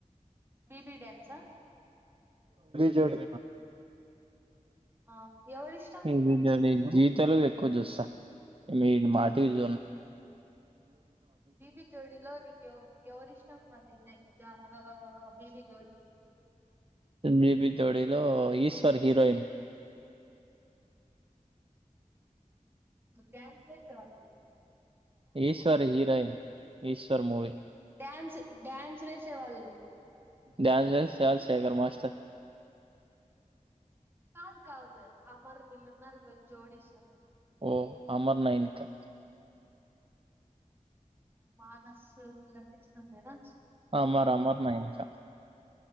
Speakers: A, on the right; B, on the right.
A: బీబీ డ్యాన్స్ ఆ
B: జ్యోతి
A: ఆ ఎవరిష్టం నీకు
B: ఏవి
A: దాంట్లో
B: జడ జీతలు వ్యక్ ఎక్కు చూసా నేను మాటివి చూడను
A: బీబి జోడిలో నీకు ఎవరు ఇష్టం అమీ పేరు జ బిబి జోడి
B: బిబి జోడిలో ఈశ్వరి హిరోయిన్
A: డ్యాన్స్ వేసారావాళ్ళు
B: Eshwari heroine Eshwar movie
A: dance dance వేసేవాళ్ళు
B: ధ్యాన్ వస్ డ్యాన్స్ శేఖర్ మాస్టర్
A: కాదు కాదు అమర్ వీళ్లు ఉన్నారు జోడిస్
B: ఓ అమర్ నైనికా
A: మానస్ వీళ్తె ఇచ్చినండేనా
B: అమర్ అమర్ మెనకా